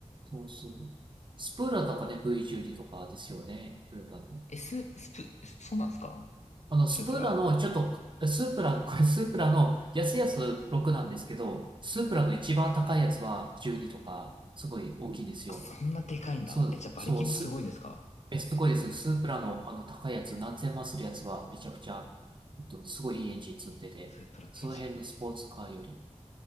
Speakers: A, on the right; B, on the left.
A: そうそう。スプーラとかね、V12 とかですよね。トヨタの。
B: え、ス、スプ、そうなんですか
A: あの、
B: スープラ。
A: スプラの、ちょっと、スープラの、これスープラの安いやつ6なんですけど、スープラの一番高いやつは12とか、
B: はい
A: すごい大きいんですよ。
B: あ、そんなでかいんだ。
A: そう、
B: え、じゃあ馬力もすごいんですか
A: そう、す、え、すごいです。スープラのあの高いやつ、何千万するやつはめちゃくちゃ、えっと、すごいいいエンジン積んでて、
B: スープラ V12。
A: その辺のスポーツカーより、